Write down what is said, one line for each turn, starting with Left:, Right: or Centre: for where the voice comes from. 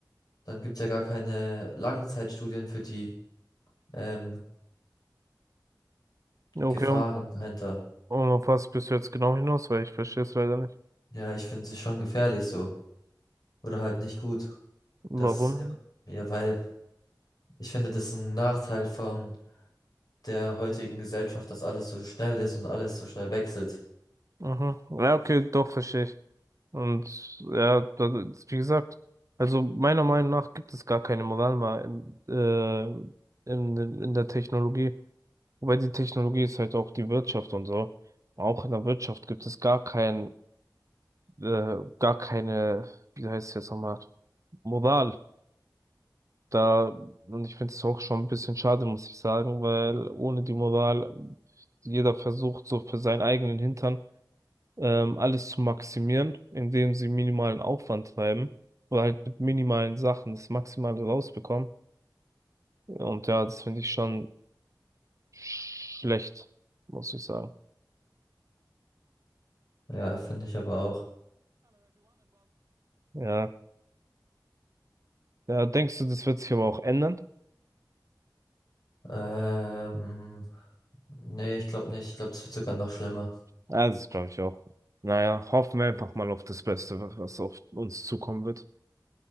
Left: Dann gibt's ja gar keine Langzeitstudien für die ähm,
Right: Okay,
Left: Gefahren
Right: und,
Left: dahinter.
Right: und auf was bist du jetzt genau hinaus? Weil ich verstehe es leider nicht.
Left: Ja, ich finde es schon gefährlich so. Oder halt nicht gut.
Right: Warum?
Left: Das, ähm, ja, weil ich finde, das ist ein Nachteil von der heutigen Gesellschaft, dass alles so schnell ist und alles so schnell wechselt.
Right: Mhm. Ja, okay, doch verstehe ich. Und ja, da- wie gesagt, also meiner Meinung nach gibt es gar keine Moral mehr in, äh, in, in der Technologie. Wobei die Technologie ist halt auch die Wirtschaft und so. Auch in der Wirtschaft gibt es gar kein, äh, gar keine, wie heißt es jetzt nochmal, Moral. Da, und ich finde es auch schon ein bisschen schade, muss ich sagen, weil ohne die Moral jeder versucht so für seinen eigenen Hintern ähm, alles zu maximieren, indem sie minimalen Aufwand treiben oder halt mit minimalen Sachen das Maximale rausbekommen. Und ja, das finde ich schon schlecht, muss ich sagen.
Left: Ja, finde ich aber auch.
Right: Ja. Ja, denkst du, das wird sich aber auch ändern?
Left: Ähm, nee, ich glaube nicht. Ich glaube, das wird sogar noch schlimmer.
Right: Ja, das glaube ich auch. Naja, hoffen wir einfach mal auf das Beste, was auf uns zukommen wird.